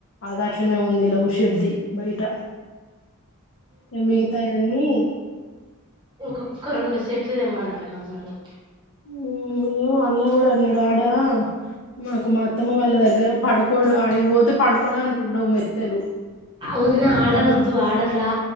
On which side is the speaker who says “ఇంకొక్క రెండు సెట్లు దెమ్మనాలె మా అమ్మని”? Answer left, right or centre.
Right